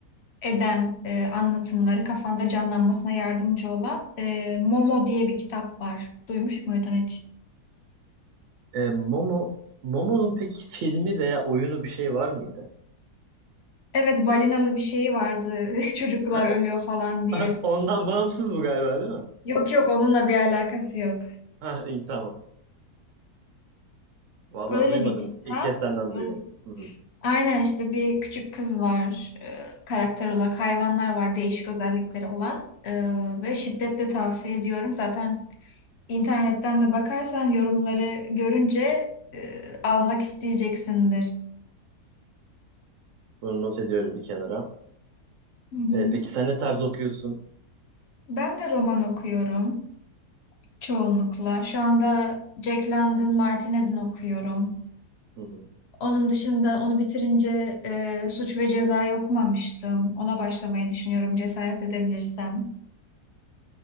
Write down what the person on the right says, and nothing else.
E, Momo, Momo'nun peki filmi veya oyunu bir şey var mıydı?
Ha,
o-
<laughs> ondan bağımsız bu galiba değil mi?
Ha, iyi tamam. Vallahi
duymadım.
İlk kez senden
duyuyorum. Hı hı.
Bunu not ediyorum bir kenara.
E, peki sen ne tarz okuyorsun?
Hı hı.